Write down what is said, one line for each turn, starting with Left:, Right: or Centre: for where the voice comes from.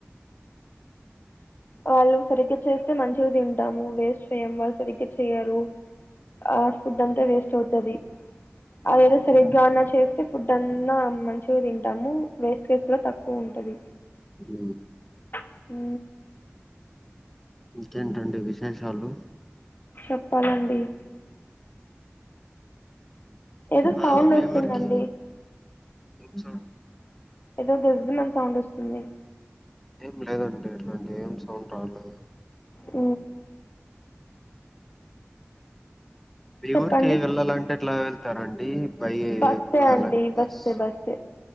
Left: వాళ్ళు సరిగ్గా చేస్తే మంచిగా తింట ము వేస్ట్ చెయ్యం వాళ్ళు సరిగ్గా చెయ్యరు ఆ ఫుడ్ అంతా వేస్ట్ అవుతుది అదేదో సరిగ్గా అన్నా చే అ ఫుడ్ అన్నా మంచిగా తింట ము వేస్ట్ చేసిన తక్కువ ఉంటది
Centre: ఉమ్.
Left: హ
Centre: ఇంకేంటండి విశేషాలు
Left: చెప్పాలండి. ఏదో సౌండ్
Centre: ఆ ఆ మీఊర్కి
Left: వస్తుందండి.
Centre: స
Left: ఏదో గజ మన్ సౌండ్ వస్తుంది సున్న
Centre: ఏం లేదండి ఎట్లాంటి ఏం సౌండ్ రాలలేదు
Left: అ
Centre: మీ
Left: చెప్పండి
Centre: ఊరికి వెల్లలా అంటే ఎట్లా వెళ్తారండి పై
Left: బస్సే
Centre: అలా
Left: అండి
Centre: బస్
Left: బస్సే బస్సే